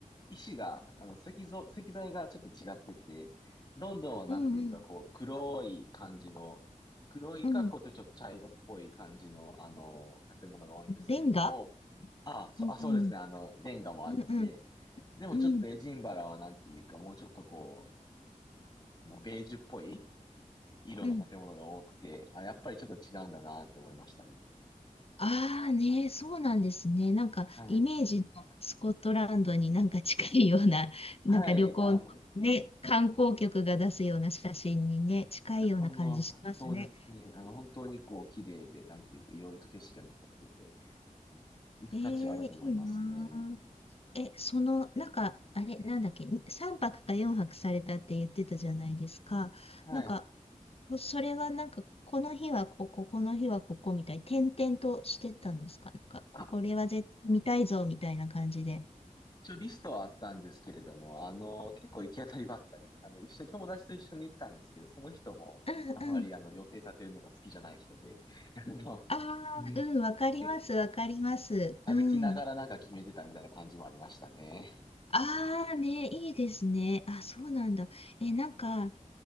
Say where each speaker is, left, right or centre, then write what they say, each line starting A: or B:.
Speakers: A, on the left (about 30°); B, on the left (about 45°).
A: 石が、あの、石像、石材がちょっと違ってて、ロンドンはなんていうか、
B: うん、うん、
A: こう、黒い感じの、黒いか、
B: うん。
A: こうやってちょっと茶色っぽい感じの、あの、建物が多いんですけれども、
B: レンガ
A: ああ、そ、
B: うん、
A: あ、
B: うん、
A: そうですね。あの、レンガもあって、
B: うん、うん、
A: でもちょっとエジンバラはなんていうか、
B: うん。
A: もうちょっとこう、まあ、ベージュっぽい色の建物が多くて、
B: うん
A: あ、やっぱりちょっと違うんだなって思いましたね。
B: ああね、そうなんですね。なんかイメージのスコットランドになんか近いような、
A: はい。はい。
B: なんか旅行のね、
A: あの、
B: 観光局が出すような写真にね、近いような感じしますね。
A: いや、あの、そうですね。あの、本当にこう、綺麗で、なんていうか、いろいろと景色が残ってて、行く価値はあると思いますね。
B: ええいいなあ。え、その、なんか、あれ、なんだっけ、3泊か4泊されたって言ってたじゃないですか。
A: はい。
B: なんか、もうそれはなんか、この日はここ、この日はここみたいに、転々としてたんですかなんか、ここれは絶対見たいぞみたいな感じで。
A: あ、一応リストはあったんですけれども、あの、結構行き当たりばったり、あの、一緒に友達と一緒に行ったんですけど、その人も、
B: うんうん。
A: あまりあの、予定立てるのが好きじゃない人で、あの、<laughs>
B: ああ、
A: うん
B: うん、わかります、
A: 結構
B: わかります。
A: 歩きながらなんか決めてたみたいな感じもありましたね。
B: うん。ああね、いいですね。あ、そうなんだ。え、なんか、